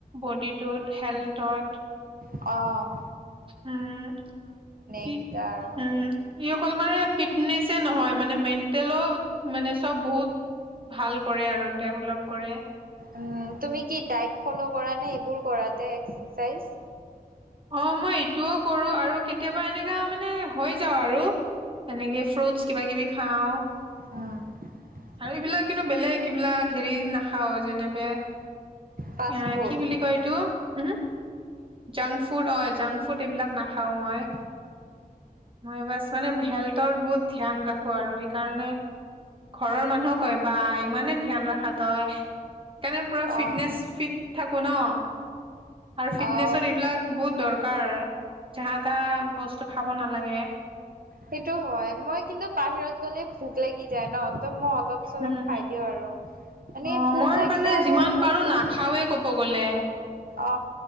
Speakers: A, on the right; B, on the right.
A: বডিটোত, হেল্থত।
B: অ'-অ'
A: উম
B: এইকেইটা
A: ই
B: আৰু
A: উম ই অকল মানে ফিটনেচ নহয় মানে মেণ্টেলো, মানে চব বহুত। ভাল কৰে আৰু ডেভলপ কৰে।
B: উম তুমি কি ডায়ট ফ'ল' কৰা নে, এইবোৰ কৰা তে এক্সাৰচাইজ।
A: অ' মই এইটোও কৰো আৰু কেতিয়াবা এনেকা মানে হৈ যাও আৰু। এনেকে ফ্ৰুটছ কিবা-কিবি খাওঁ।
B: আহ্।
A: আৰু এইবিলাক কিন্তু বেলেগ এইবিলাক হেৰি নাখাও যেনেবে এ
B: ফাষ্ট ফুড
A: কি বুলি কয় এইটো? হুম? জাংক ফুড অ' জাংক ফুড এইবিলাক। নাখাওঁ মই।
B: উম
A: মই বাছ মানে হেল্থৰ বহুত ধ্যান ৰাখো আৰু সেইকাৰণে ঘৰৰ মানুহও কয় বা ইমানে ধ্যান ৰখা তই। সেইকাৰণে পুৰা ফিটনেচ
B: অ
A: ফিট থাকো ন আৰু ফিটনেছত
B: অ
A: এইবিলাক বহুত দৰকাৰ যাহা, তাহা বস্তু খাব নালাগে।
B: সেইটো হয়, মই কিন্তু বাহিৰত গ'লে ভোক লাগি যায় ন! তো মই অলপ চলপ
A: উম।
B: খাই দিওঁ আৰু। মানে
A: অ
B: ভোক
A: মই
B: লাগিলে
A: মানে
B: আৰু
A: যিমান পাৰো
B: একো
A: নাখাওৱে
B: সে
A: ক'ব গ'লে
B: অ